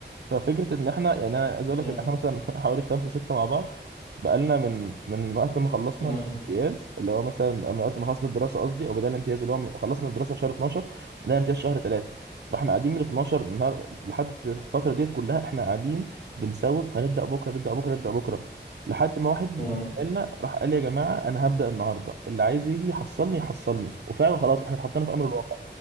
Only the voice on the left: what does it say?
مم.
مم.
مم.
مم.